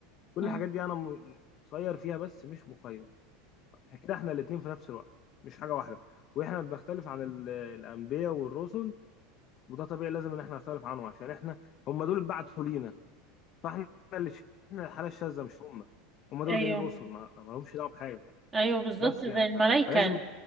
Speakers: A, on the left; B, on the right.
A: كل
B: مم.
A: الحاجات دي انا م- مسير فيها بس مش مخير عشان كده احنا الاتنين في نفس الوقت مش حاجة واحدة واحنا بنختلف عن ال- الأنبياء والرسل وده طبيعي لازم ان احنا نختلف عنه عشان احنا هم دول اتبعتوا لينا فاحنا اللي ش... احنا الحالة الشاذة مش هم هم دول
B: ايوه
A: جايين رسل ما, ما لهمش دعوة بحاجة ف-
B: ايوه بالظبط
A: بس
B: زي
A: يعني
B: الملايكة
A: ف... فلازم